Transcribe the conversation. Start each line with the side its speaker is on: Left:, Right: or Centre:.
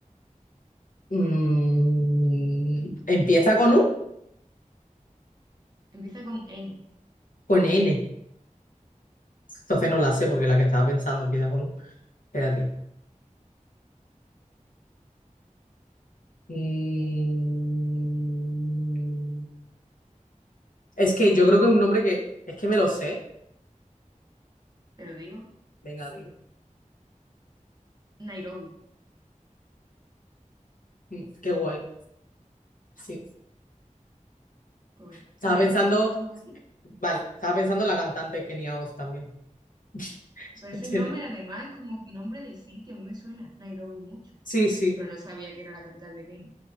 Left: Mm, ¿empieza con U?
Right: Empieza con N,
Left: Con N. Entonces no la sé porque la que estaba pensando empieza con U. Espérate. Mm, es que yo creo que es un nombre que... Es que me lo sé.
Right: te lo digo.
Left: Venga, dilo.
Right: Nairobi.
Left: Mm, qué guay. Sí.
Right: Pues bueno,
Left: Estaba
Right: ¿te parece
Left: pensando...
Right: si lo dejamos aquí?
Left: Vale, estaba pensando en la cantante Kenia Os también. <laughs>
Right: Pero ese
Left: ¿Entiendes?
Right: nombre además es como nombre de sitio, a mí me suena Nairobi mucho,
Left: Sí, sí.
Right: pero no sabía que era la capital de Kenia.